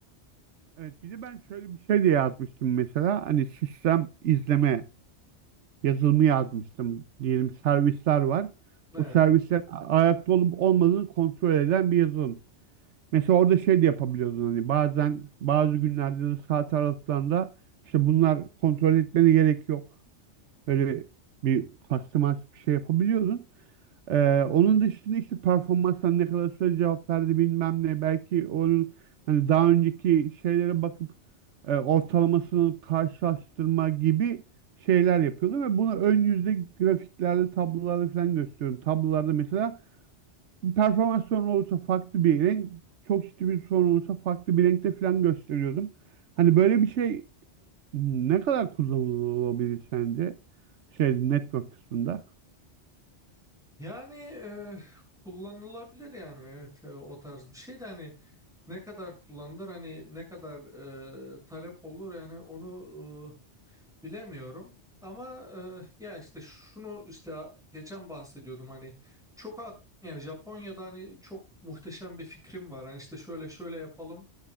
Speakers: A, on the right (about 75°); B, in the centre.
A: Evet bir de ben şöyle bir şey de yazmıştım mesela hani sistem izleme yazılımı yazmıştım diyelim servisler var.
B: Evet.
A: O servisler a- ayakta olup olmadığını kontrol eden bir yazılım. Mesela orada şey de yapabiliyordun hani bazen bazı günlerde de saat aralıklarında işte bunlar kontrol etmene gerek yok. Böyle bir customized bir şey yapabiliyordun. Ee, onun dışında işte performansına ne kadar süre cevap verdi bilmem ne. Belki onun hani daha önceki şeylere bakıp e, ortalamasını karşılaştırma gibi şeyler yapıyordu ve bunu ön yüzde grafiklerde, tablolarda falan gösteriyorum. Tablolarda mesela bir performans sorunu olursa farklı bir renk, çok ciddi bir sorun olursa farklı bir renkte falan gösteriyordum. Hani böyle bir şey ne kadar kullanılabilir sence? Şey network kısmında.
B: Yani e, kullanılabilir yani evet e, o tarz bir şey de hani ne kadar kullanılır hani ne kadar e, talep olur yani onu Bilemiyorum ama e, ya işte şunu işte geçen bahsediyordum hani çok ak- yani Japonya'da hani çok muhteşem bir fikrim var. Hani işte şöyle şöyle yapalım